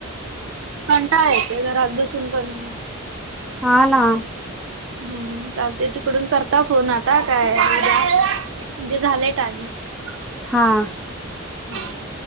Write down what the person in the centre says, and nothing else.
हा ना.
हा